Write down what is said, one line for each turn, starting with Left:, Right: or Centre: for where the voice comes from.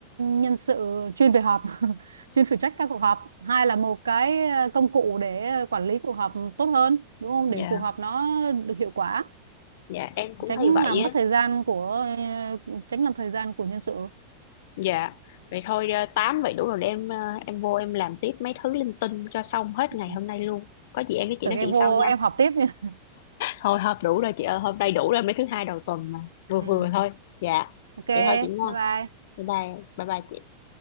Right: nhân sự chuyên về họp, <laughs> chuyên phụ trách các cuộc họp, hai là một cái ờ, công cụ để ờ, quản lý cuộc họp tốt hơn, đúng không?
Left: dạ
Right: Để cuộc họp nó được hiệu quả,
Left: dạ em cũng
Right: tránh
Left: thấy vậy
Right: làm
Left: á
Right: mất thời gian của ờ, tránh làm thời gian của nhân sự.
Left: dạ vậy thôi ờ, tám vậy đủ rồi để em ờ, em vô em làm tiếp mấy thứ linh tinh cho xong hết
Right: Ừ.
Left: ngày hôm nay luôn có gì em với chị
Right: Tưởng
Left: nói
Right: em
Left: chuyện
Right: vô
Left: sau nha
Right: em họp tiếp nha.
Left: thôi hợp đủ rồi chị ơi hôm nay đủ rồi mấy thứ hai đầu tuần mà vừa
Right: Ừ.
Left: vừa thôi dạ
Right: Ok, bye
Left: vậy thôi chị nha
Right: bye.
Left: bye bye bye bye chị